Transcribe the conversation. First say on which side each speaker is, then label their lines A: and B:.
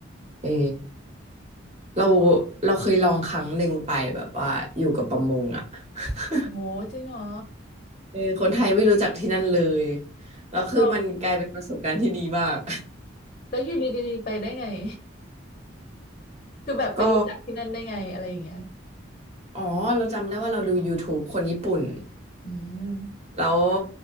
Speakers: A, on the right; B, on the left.
A: เออเราเราเคยลองครั้งหนึ่งไปแบบว่าอยู่กับประมงอ่ะ <laughs>
B: โหจริงเหรอ
A: เออคนไทยไม่รู้จักที่นั่นเลยแล้วคือมันกลายเป็นประสบการณ์ที่ดีมาก
B: เอาแล้วอยู่ดีๆไปได้ไง <laughs> คือแบบไปรู้จักที่นั่นได้ไงอะไรอย่างเงี้ย
A: <laughs> ก็อ๋อเราจำได้ว่าเราดูยูทูบคนญี่ปุ่น
B: อืม
A: แล้ว